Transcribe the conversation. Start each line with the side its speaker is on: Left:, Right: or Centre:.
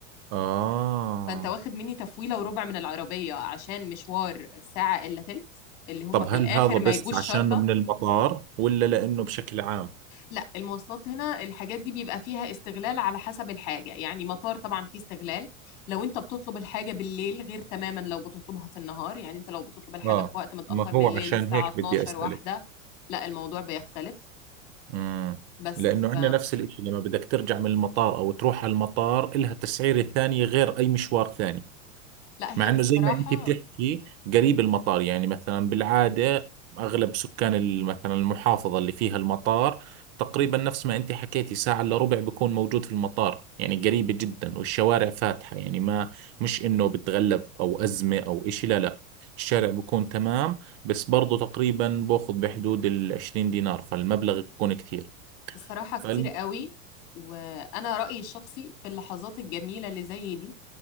Right: آه
Left: فأنت واخد مني تفويلة وربع من العربية عشان مشوار ساعة إلا تلت اللي هم
Right: طب
Left: في
Right: هل
Left: الآخر
Right: هذا بس
Left: ما يجوش
Right: عشانه
Left: شرطة
Right: من المطار ولا لأنه بشكل عام؟
Left: لا المواصلات هنا الحاجات دي بيبقى فيها استغلال على حسب الحاجة يعني مطار طبعا فيه استغلال لو انت بتطلب الحاجة بالليل غير تماما لو بتطلبها في النهار يعني انت لو بتطلب الحاجة
Right: آه
Left: في وقت متأخر
Right: ما
Left: من
Right: هو
Left: الليل
Right: عشان
Left: الساعة
Right: هيك
Left: 12
Right: بدي أسألك
Left: واحدة لا الموضوع بيختلف
Right: امم
Left: بس
Right: لانه
Left: ف
Right: عندنا نفس الاشي لما بدك ترجع من المطار او تروح على المطار إلها تسعيرة ثانية غير اي مشوار ثاني
Left: لا هي
Right: مع انه
Left: الصراحة
Right: زي ما انت بتحكي قريب المطار يعني مثلا بالعادة اغلب سكان ال- مثلا المحافظة اللي فيها المطار تقريبا نفس ما انت حكيتي ساعة الا ربع بكون موجود في المطار يعني قريبة جدا والشوارع فاتحة يعني ما مش انه بتغلب او ازمة او اشي لا لا الشارع بكون تمام بس برضو تقريبا باخذ بحدود ال 20 دينار فالمبلغ بيكون كثير
Left: الصراحة كتير
Right: فالم...
Left: قوي وأنا رأيي الشخصي في اللحظات الجميلة اللي زي دي